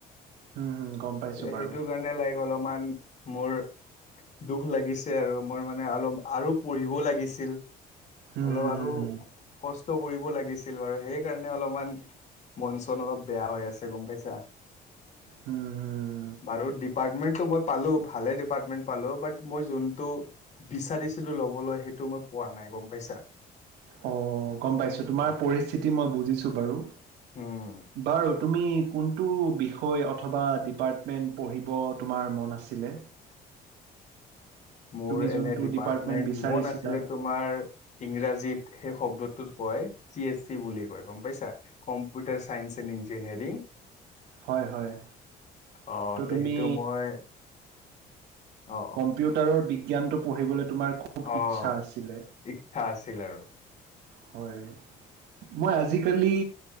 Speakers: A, on the right; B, on the left.
A: উম, হুম গম পাইছোঁ
B: সেইটো
A: বাৰু।
B: কাৰণে লাইক অলপমান মোৰ দুখ লাগিছে আৰু মোৰ মানে অলপ আৰু পঢ়িবও লাগিছিল।
A: হম
B: অলপ
A: হম
B: আৰু
A: হম
B: কষ্ট কৰিব লাগিছিল বাৰু সেইকাৰণে অলপমান মন চন অলপ বেয়া হৈ আছে গম পাইছা।
A: উম, হুম।
B: বাৰু ডিপাৰ্টমেন্টটো মই পালো ভালে ডিপাৰ্টমেন্ট পালো বাট মই যোনটো বিচাৰিছিলো লবলৈ সেইটো মই পোৱা নাই গম পাইছা।
A: অ', গম পাইছো তোমাৰ
B: অ
A: পৰিস্থিতি মই বুজিছোঁ বাৰু।
B: উম
A: বাৰু তুমি কোনটো বিষয় অথবা ডিপাৰ্টমেণ্ট পঢ়িব তোমাৰ মন আছিলে?
B: মোৰ
A: তুমি যোনটো
B: এনে ডিপাৰ্টমেন্ট
A: ডিপাৰ্টমেণ্ট বিচাৰিছিলা
B: মন আছিলে তোমাৰ ইংৰাজীত সেই শব্দটো কয় চি এছ চি বুলি কয় গম পাইছা। Computer science and engineering.
A: হয় হয়।
B: অহ
A: ত'
B: তে
A: তুমি
B: সেইটো মই অ'।
A: কম্পিউটাৰৰ বিজ্ঞানটো পঢ়িবলৈ তোমাৰ খুব
B: অ',
A: ইচ্ছা আছিলে।
B: ইচ্ছা আছিল আৰু।
A: হয়। মই আজিকালি